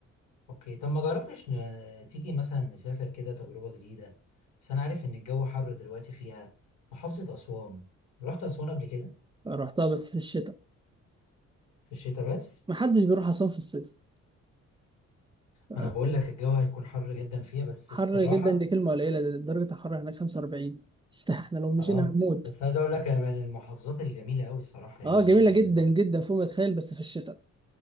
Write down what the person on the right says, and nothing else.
رحتها بس في الشتاء
ما حدش بيروح اصلا في الصيف آه،
حر
جدا دي كلمه قليله ده درجه الحراره هناك 45 <laughs> احنا لو مشينا
هنموت
اه
جميلة
جدا جدا فوق ما تتخيل بس في الشتاء